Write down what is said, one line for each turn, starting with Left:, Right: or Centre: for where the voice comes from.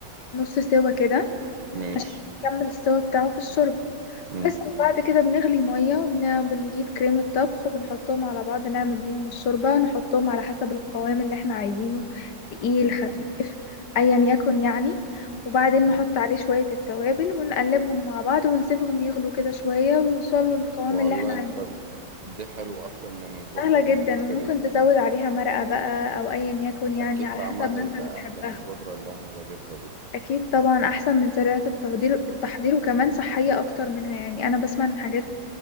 Left: نص سوا كده
Right: ماشي
Left: عشان نكمل السوا بتاعه في الشوربة
Right: مم،
Left: بس وبعد كده بنغلي مية وبنجيب كريمة طبخ وبنحطهم على بعض نعمل بيهم الشوربة نحطهم على حسب القوام اللي احنا عايزينه تقيل
Right: مم،
Left: خفيف ايا يكن يعني وبعدين نحط
Right: مم.
Left: عليه شوية التوابل ونقلبهم مع بعض ونسيبهم يغلوا كده شوية ويوصلوا للقوام
Right: والله
Left: اللي احنا عايزينه
Right: طب دي حلوة أحسن من البودرة
Left: سهلة
Right: اللي
Left: جدا
Right: أنا بشتريها
Left: وممكن تزود عليها مرقة بقى او ايا يكن يعني
Right: أكيد
Left: على
Right: طعمها
Left: حسب ما
Right: هيبقى
Left: انت بتحبها
Right: أحلى من البودرة اللي أنا بجيبها دي
Left: اكيد طبعا احسن من سريعة التحضير التحضير وكمان صحية اكتر منها يعني انا بسمع ان حاجات